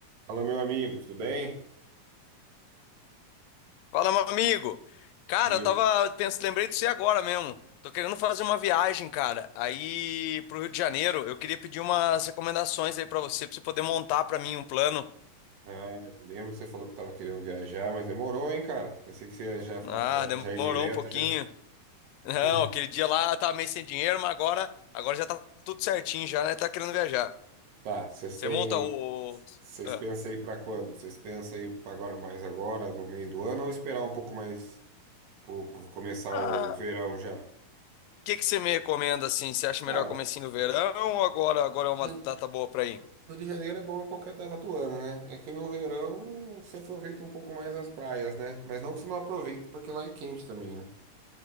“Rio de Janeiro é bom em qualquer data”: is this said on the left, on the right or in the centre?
Right